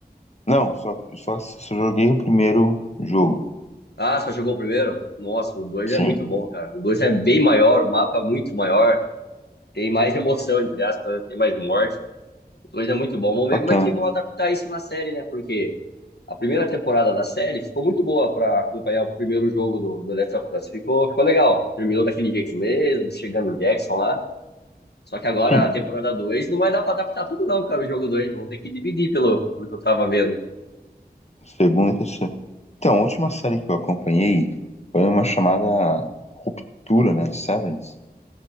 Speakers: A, on the left; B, on the left.
A: Não, só, só, só joguei o primeiro jogo.
B: Ah, só jogou o primeiro? Nossa, o dois
A: Sim,
B: é muito bom, cara. O dois é bem maior, o mapa é muito maior. Tem mais emoção, entre aspas, tem mais morte. O dois é muito bom. Vamos ver
A: bacana.
B: como é que vão adaptar isso na série, né? Porque a primeira temporada da série ficou muito boa pra acompanhar o primeiro jogo do, do Last of Us. Ficou, ficou legal. Terminou daquele jeito mesmo, chegando o Jackson lá. Só que agora
A: Sim,
B: a temporada 2 não vai dar pra adaptar tudo, não, cara. O jogo 2 Vão ter que dividir pelo, pelo que eu tava vendo.
A: segundo e terceiro. Então, a última série que eu acompanhei foi uma chamada Ruptura, né? Severance,